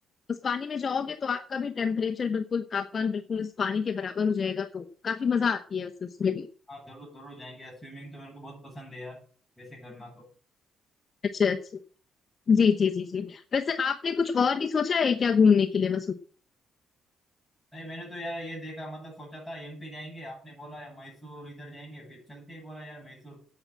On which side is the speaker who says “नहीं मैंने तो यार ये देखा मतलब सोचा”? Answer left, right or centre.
Centre